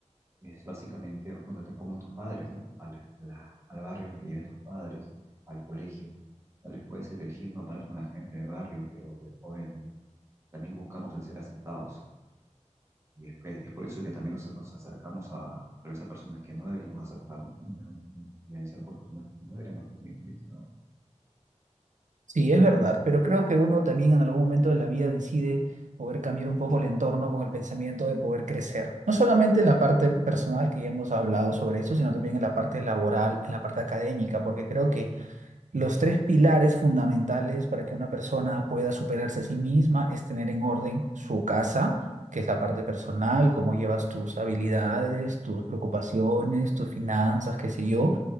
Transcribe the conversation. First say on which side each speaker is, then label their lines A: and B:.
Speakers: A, on the right; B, on the right.
A: es básicamente donde te pongan tus padres, ¿no? A la- a la- al barrio donde te lleven tus padres, al colegio. Tal vez puedes elegir no parar con la gente del barrio, pero de joven también buscamos el ser aceptados. Y es, que- es por eso que también nos, nos acercamos a, tal vez a personas que no deberíamos acercarnos, nos dejamos influenciar por personas que no deberíamos ser influenciados.
B: Sí, es verdad, pero creo que uno también en algún momento de la vida decide poder cambiar un poco el entorno con el pensamiento de poder crecer. No solamente en la parte personal, que ya hemos hablado sobre eso, sino también en la parte laboral, en la parte académica, porque creo que los tres pilares fundamentales para que una persona pueda superarse a sí misma es tener en orden su casa, que es la parte personal, cómo llevas tus habilidades, tus preocupaciones, tus finanzas, qué sé yo.